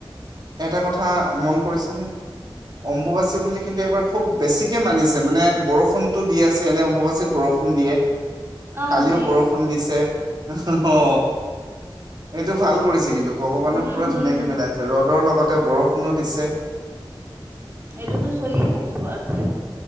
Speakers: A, on the right; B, on the right.
A: এটা কথা মন কৰিছেনে, অম্বুবাচী বুলি কিন্তু এবাৰ খুব বেছিকে মানিছ মানে, বৰষুণটো দি আছে এনে অম্বুবাচীত বৰষুণ দিয়ে।
B: অ
A: কালিও
B: দিয়ে
A: বৰষুণ দিছে। অ এইটো ভাল কৰিছে কিন্তু, ভগৱানেও
B: উম
A: পুৰা
B: হম
A: ধুনীয়াকে মিলাই দিছে। ৰ'দৰ লগতে বৰষুণো দিছ
B: এইটোতো চলিয়ে থাকিব আৰ থে